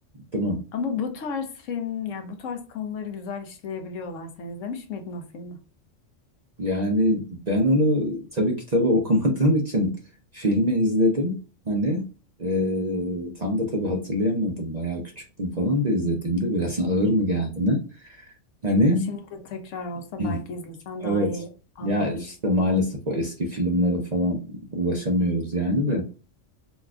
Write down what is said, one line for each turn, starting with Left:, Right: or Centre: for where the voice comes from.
Right: değil mi?
Left: Ama bu tarz film, ya bu tarz konuları güzel işleyebiliyorlar. Sen izlemiş miydin o filmi?
Right: Yani ben onu tabii kitabı <laughs> okumadığım için filmi izledim. Hani e, tam da tabii hatırlayamadım. Bayağı küçüktüm falan da izlediğimde biraz <laughs> ağır mı geldi ne? Hani
Left: Şimdi tekrar olsa
Right: <clears throat>
Left: belki izlesen
Right: evet.
Left: daha iyi anlarsın.
Right: Ya işte maalesef o eski filmlere falan ulaşamıyoruz yani de.